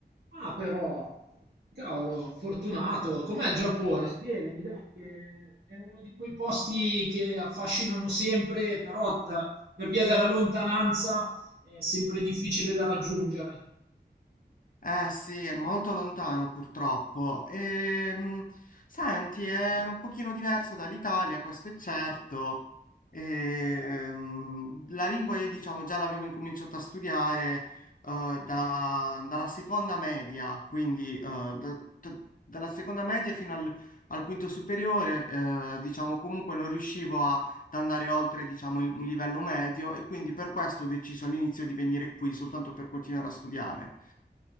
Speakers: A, on the right (about 60°); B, on the left (about 50°).
A: ah, però, cavolo, fortunato. Com'è il Giappone? Spiegami, dai, che è uno di quei posti che affascinano sempre, però da- per via della lontananza è sempre difficile da raggiungere.
B: Eh sì, è molto lontano purtroppo. Ehm, senti, è un pochino diverso dall'Italia, questo è certo. Ehm, la lingua io diciamo già l'avevo incominciato a studiare eh, da- dalla seconda media, quindi eh, da- da- dalla seconda media fino al, al quinto superiore, eh, diciamo comunque non riuscivo a- ad andare oltre diciamo il- un livello medio e quindi per questo ho deciso all'inizio di venire qui soltanto per continuare a studiare.